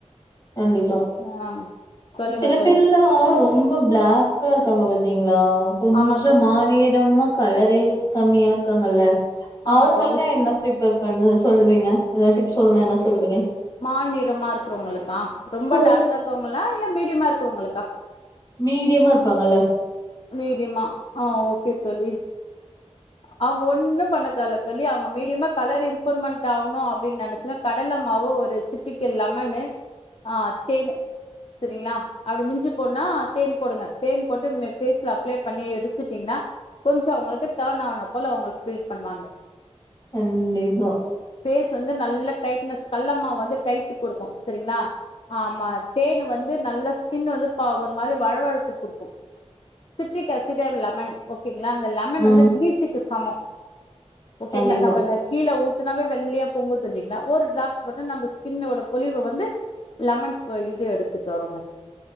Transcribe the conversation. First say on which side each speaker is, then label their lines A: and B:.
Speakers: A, on the left (about 35°); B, on the left (about 50°).
A: கண்டிப்பா
B: ஆ சொல்லுங்க
A: சிலப்பேர்ல்ல
B: தோழி
A: ரொம் ரொம்ப பிளாக்கா இருக்காங்க பாத்தீங்களா கொஞ்ச
B: ஆமா தோழி
A: மாநிறமா கலரே கம்மியா இருக்காங்கல்ல
B: ஆமா
A: அவங்களுக்கெல்லா
B: தோழி
A: என்ன ப்ரி பேர் பண்ண சொல்லுவீங்க ஏதாவது டிப்ஸ் சொல்லணுனா என்ன சொல்லுவீங்க
B: மாநிறமா இருக்கிறவங்களுக்கா ரொம்ப
A: ஓ!
B: டார்க்கா இருக்கவங்களா இல்ல மீடியமா இருக்குறவங்களுக்கா
A: மீடியமா இருப்பாங்கல்ல
B: மீடியமா ஆ ஓகே தோழி அவங்க ஒன்னு பண்ணத் தேவல்ல தோழி அவங்க மீடியமா கலர் இம்ப்ரூவ்மெண்ட் ஆகணு அப்டின்னு நெனச்சின்னா கடல மாவு ஒரு சிட்டிக லெமன்னு ஆ தேனு செரிங்களா அப்டி மிஞ்சி போன தேன் போடுங்க தேன் போட்டு ஃபேஸ்ல அப்ளை பண்ணி எடுத்துட்டீங்கன்னா கொஞ்சோ அவ்ங்களுக்கு டேன் ஆனப் போல அவங்க ஃபீல் பண்ணுவாங்க
A: கண்டிப்பா
B: ஃபேஸ் வந்து நல்ல டைட்னஸ் கல்லமாவு வந்து டைட் கொடுக்கு சரிங்களா ஆமா தேன் வந்து நல்ல ஸ்கின் வந்து பா ஒரு மாரி வழவழப்பு குடுக்கும் சிட்ரிக் அசிடர் லெமனு ஓகேங்களா அந்த லெமன்
A: ம்
B: வந்து பிளீச்சுக்கு சமோ ஓகேங்களா
A: கண்டிப்பா
B: நம்ம கீழ ஊ ஊத்துனாவே வெள்ளையா பொங்குது இல்லங்களா ஒரு டிராப்ஸ் மட்டு நம்ம ஸ்கின்னோட பொலிவு வந்து லெமன் ப இது எடுத்துட்டு வருங்க